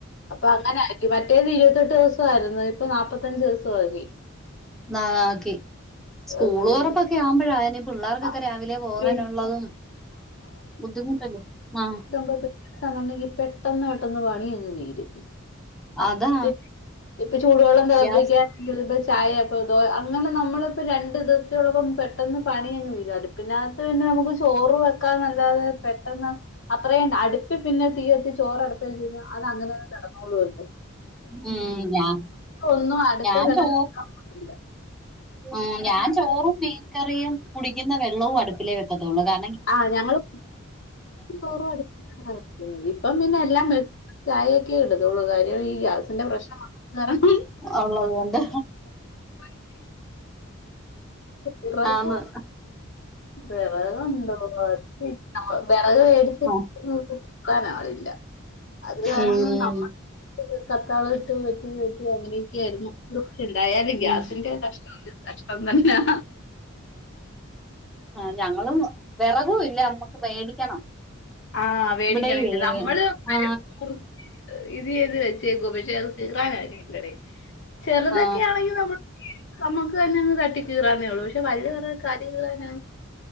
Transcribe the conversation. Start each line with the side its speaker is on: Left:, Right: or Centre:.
Left: അപ്പൊ അങ്ങനെ ആക്കി മറ്റേത് ഇരുപത്തെട്ട് ദിവസായിരുന്നു ഇപ്പൊ നാൽപത്തഞ്ച് ദിവസം ആക്കി
Centre: ന്നാ ആക്കി സ്കൂള്
Left: ഏഹ്
Centre: തൊറപ്പൊക്കെ ആവുമ്പോഴാന് പിള്ളേർക്കൊക്കെ
Left: ആഹ്
Centre: രാവിലെ പോകാനുള്ളതും
Left: പിന്നെ
Centre: ബുദ്ധിമുട്ടല്ലേ ആഹ്
Left: സമ്പത് <unintelligible> പെട്ടെന്ന് പെട്ടെന്ന് പണി അങ്ങ് തീരും
Centre: അതാ
Left: ഇപ് ഇപ്പൊ ചൂടുവെള്ളം തെളപ്പിക്കാൻ
Centre: ഗ്യാസ്
Left: <unintelligible> ചായ അപ്പൊ ദോ അങ്ങനെ നമ്മളിപ്പോ രണ്ട് ഇതൊക്കെയുള്ളപ്പം പെട്ടെന്ന് പണിയങ്ങ് തീരട് പിനാത്ത് പിന്നെ നമുക്ക് ചോറ് വെക്കാന്നല്ലാതെ പെട്ടെന്ന് അത്രയും അടു ട്ട് പിന്നെ തീ എത്തി ചോറ്ടക്ക വച്ച് കഴിഞ്ഞാ അങ്ങനെ കിടന്നൊളൂല്ലോ
Centre: ഉം ഞാ
Left: ഒന്നും അടുപ്പിൽ
Centre: ഞാൻ
Left: അങ്ങനെ
Centre: ചോ
Left: വെക്കാൻ പറ്റില്ല
Centre: ആഹ് ഞാൻ ചോറും മീൻകറിയും കുടിക്കുന്ന വെള്ളവും അടുപ്പിലേ വെക്കത്തുള്ളൂ കാ
Left: ആഹ് ഞങ്ങള് ചോറും അടുപ്പത്തുന്നാ വെക്കുന്നത് ഇപ്പം പിന്നെ എല്ലാം വെ ചായെ ക്കെ ഇടുതോളു കാര്യം ഈ ഗ്യാസിന്റെ പ്രശ്നം വന്നത് കാരണം
Centre: ഉള്ളത് കൊണ്ട്
Left: <unintelligible> വിറകും
Centre: ആന്ന്
Left: വിറകുണ്ടോ അതു ഇ വിറക് വേടിച്ച് വെച്ചേക്കുന്നത്
Centre: ആ,
Left: കീറാൻ ആളി ല്ല അത് കാരണം
Centre: ഉം
Left: നമ്മൾ കത്താൾ ഇട്ട് വെട്ടി വെട്ടി അങ്ങനെയൊക്കെ ആയിരുന്നു ഹോ എന്തായാലും
Centre: ഉം
Left: ഗ്യാസിന്റെ കഷ്ടം ഒരു കഷ്ടം തന്നാ
Centre: ആഹ് ഞങ്ങളും വെറകു ഇല്ല. നമ്മുക്ക് മേടിക്കണം.
Left: ആഹ് വേടിക്കണണ്ട്
Centre: ഇവിടെയുവേ
Left: നമ്മള് മരം
Centre: ആ
Left: മുറിച്ച് ഇത് ചെയ്ത് വെച്ചേക്കു പക്ഷെ അത് കീറാൻ ആരേം കിട്ടിലടെ ചെറുതൊക്കെ
Centre: ആ
Left: ആണെങ്കി നമ്മ നമ്മക്ക് തന്നെ അങ്ങ് തട്ടി കീറാനേ ഉള്ളൂ. പക്ഷെ വല്യ വെറകൊക്കെ ആരു കീറാനാ